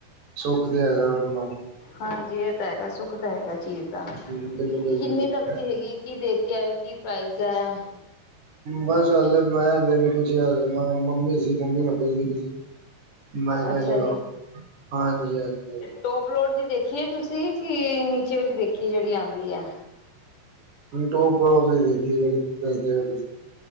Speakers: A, on the right; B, on the left.
A: ਸੁੱਖ ਤੇ ਹੈਗਾ ਔਰ ਮਨ
B: ਹਾਂਜੀ, ਇਹ ਤੇ ਹੈਗਾ ਸੁੱਖ ਤੇ ਹੈਗਾ ਚੀਜ਼ ਦਾ।
A: ਬਿਲਕੁਲ
B: ਕਿੰਨਨੀ
A: ਜੀ ਬਿਲਕੁਲ
B: ਤੱਕ ਦੀ ਹੈਗੀ, ਕੀ ਦੇਖ ਕੇ ਆਇ, ਕੀ ਪ੍ਰਾਈਜ਼ ਹੈ।
A: ਬਸ ਹੱਲ ਮੈਂ ਨੀ ਪੁਛਯਾ ਮ ਮੰਮੀ ਸੀ, ਮੰਮੀ ਨਾ ਪੁੱਛਦੀ। ਮੈਂ ਕਿਹਾ
B: ਅੱਛਾ
A: ਚਲੋ ਹਾਂਜੀ- ਹਾਂਜੀ।
B: ਟੋਪਲੋਟ ਦੀ ਦੇਖੀ ਏ ਤੁਸੀਂ ਕਿ ਨੀਚੇ ਵਾਲੀ ਦੇਖੀ ਏ ਜਿਹੜੀ ਆਂਦੀ ਐ।
A: ਟੋਕੀਓ ਵਾਲੀ ਦੇਖੀ ਐ ਜਿਹੜੀ ਦਸਦੇ ਤੁਸੀਂ।